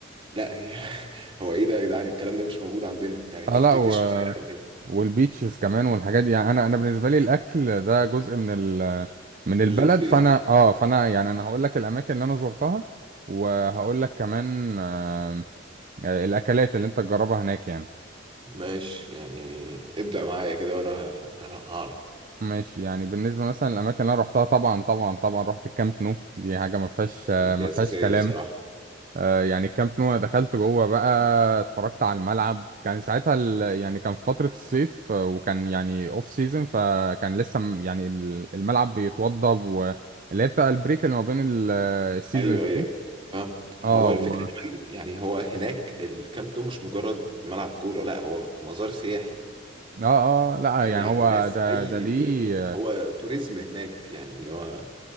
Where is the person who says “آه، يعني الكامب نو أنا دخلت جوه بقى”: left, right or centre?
Right